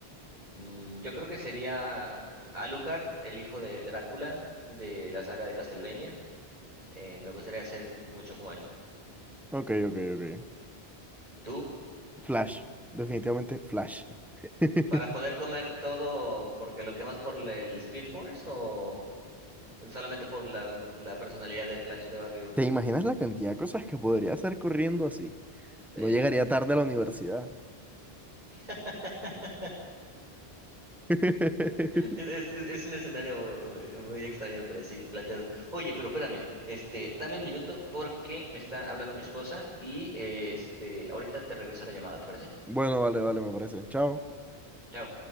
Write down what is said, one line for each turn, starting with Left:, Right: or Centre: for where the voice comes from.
Right: mm, yo creo que sería Alucard, el hijo de Drácula de la saga de Castlevania. Eh, me gustaría ser mucho como él.
Centre: Ok, ok, ok.
Right: ¿Tú?
Centre: Flash. Definitivamente Flash. <laughs>
Right: ¿Para poder comer todo porque lo quemas por le- el Speed Force o solamente por la, la personalidad de Flash de Barry Burton?
Centre: ¿Te imaginas la cantidad de cosas que podría hacer corriendo así?
Right: Eh,
Centre: No llegaría tarde a la universidad.
Right: <laughs>
Centre: <laughs>
Right: es, es- es un escenario eh, muy extraño, pero sí planteado. Oye, pero espérame, este, dame un minuto porque me está hablando mi esposa y eh, este, ahorita te regreso la llamada, ¿te parece?
Centre: Bueno, vale, vale, me parece. Chao.
Right: Chao.